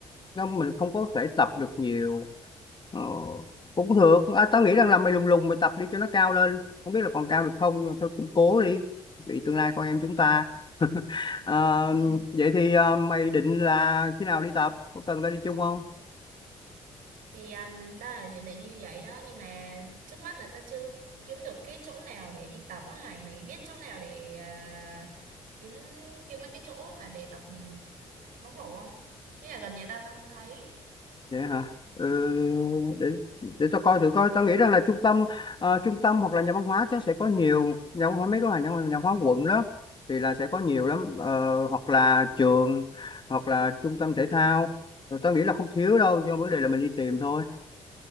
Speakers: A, on the left; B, on the right.
A: nó mình không có thể tập được nhiều. Ờ, cũng được. À, tao nghĩ rằng là mày lùng lùng mày tập đi cho nó cao lên. Không biết là còn cao được không nhưng mà thôi cũng cố đi. Vì tương lai con em chúng
B: ừ.
A: ta. <laughs> Ờ,
B: <laughs>
A: vậy thì ờ, mày định là khi nào đi tập? Có cần tao đi chung không?
B: thì um, tao là dự định như vậy đó nhưng mà trước mắt là tao chưa kiếm được cái chỗ nào để đi tập á mày mày biết chỗ nào để à, kiếm kiếm mấy cái chỗ mà để tập ừ, bóng rổ không? Nghĩa là gần nhà tao tao không thấy.
A: Vậy hả? Ừ, để để tao coi thử coi. Tao nghĩ rằng là trung tâm ờ, trung tâm hoặc là nhà văn hóa sẽ sẽ có nhiều nhà văn hóa mấy cái nhà, nhà văn hóa quận đó thì là sẽ có nhiều lắm Ờ, hoặc là trường hoặc là trung tâm thể thao. Rồi tao nghĩ là không thiếu đâu, do vấn đề là mình đi tìm thôi.